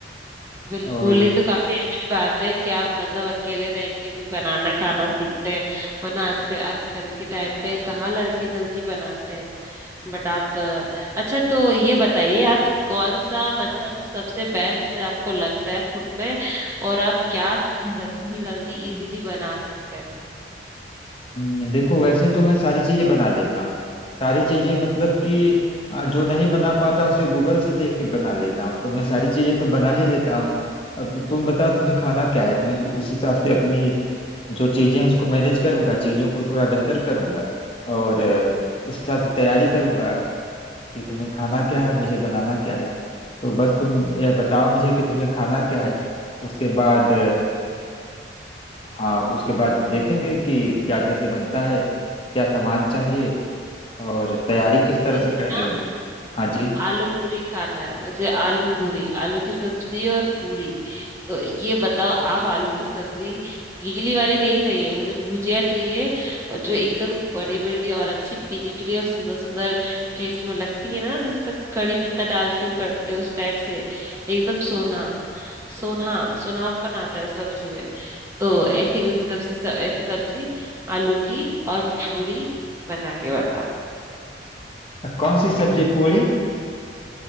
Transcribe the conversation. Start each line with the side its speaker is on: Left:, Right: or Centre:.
Right: बिल्कुल
Left: और
Right: ये तो काफी अच्छी बात है कि आप मतलब अकेले रह के भी बनाना खाना सीखते हैं वरना आजकल आजकल के टाइम पे कहाँ लड़के जल्दी बनाते हैं बट आप अ, अच्छा तो ये बताइए आप कौन सा मतलब सबसे बेस्ट आपको लगता है फूड में और आप क्या जल्दी जल्दी इजीली बना सकते हैं
Left: हम्म, देखो वैसे तो मैं सारी चीजें बना लेता हूँ सारी चीजें मतलब कि आ, जो नहीं बना पाता हूँ उसे गूगल से देख के बना लेता हूँ तो मैं सारी चीजें तो बना ही लेता हूँ अब तुम बताओ तुम्हें खाना क्या है मैं उस हिसाब से अपनी जो चीजें हैं उसको मैनेज करूंगा चीजों को थोड़ा बेहतर करूंगा और अ, उस हिसाब से तैयारी करूंगा कि तुम्हें खाना क्या है और मुझे बनाना क्या है तो बस तुम यह बताओ मुझे कि तुम्हें खाना क्या है उसके बाद हाँ उसके बाद देखेंगे कि क्या कैसे बनता है क्या सामान चाहिए और तैयारी किस तरह
Right: मुझे
Left: से करनी
Right: ना
Left: होगी हाँ जी
Right: आलू पूरी खाना है मुझे आलू पूरी आलू की सब्जी और पूरी तो ये बताओ आप आलू की सब्जी गीली वाली नहीं चाहिए मुझे भुजिया चाहिए और जो एकदम बड़ी बड़ी और अच्छी पीली पीली और सुंदर सुंदर टेस्ट में लगती है ना जिसका कड़ी पत्ता डाल के वो करते हैं उस टाइप से एकदम सोना सोना सोनापन आता है उस सब्जी में तो ऐसी कोई सब्जी ऐसी सब्जी आलू की और पूरी बना के बताओ
Left: कौन सी सब्जी पूरी